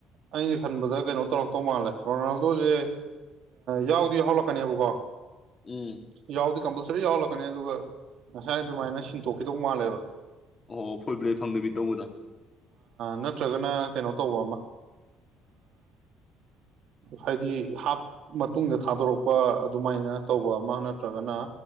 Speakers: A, on the right; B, on the left.
A: ꯑꯩꯅ ꯈꯟꯕꯗ ꯀꯩꯅꯣ ꯇꯧꯔꯛꯇꯧ ꯃꯥꯜꯂꯦ ꯔꯣꯅꯥꯜꯗꯣꯁꯦ ꯌꯥꯎꯗꯤ ꯌꯥꯔꯂꯛꯀꯅꯦꯕꯀꯣ
B: ꯎꯝ
A: ꯌꯥꯎꯗꯦ ꯀꯝꯄꯜꯁꯔꯤ ꯌꯥꯎꯍꯜꯂꯛꯀꯅꯤ ꯑꯗꯨꯒ ꯉꯁꯥꯏ ꯑꯗꯨꯃꯥꯏꯅ ꯁꯤꯟꯇꯣꯛꯈꯤꯗꯧ ꯃꯥꯜꯂꯦꯕ
B: ꯑꯣ ꯑꯣ ꯐꯨꯜꯕ꯭ꯂꯦ ꯐꯪꯗꯕꯤ ꯇꯧꯕꯗ
A: ꯅꯠꯇ꯭ꯔꯒꯅ ꯀꯩꯅꯣ ꯇꯧꯕ ꯑꯃ ꯍꯥꯏꯗꯤ ꯍꯥꯞ ꯃꯇꯨꯡꯗ ꯊꯥꯗꯣꯔꯛꯄ ꯑꯗꯨꯃꯥꯏꯅ ꯇꯧꯕ ꯑꯃ ꯅꯠꯇ꯭ꯔꯒꯅ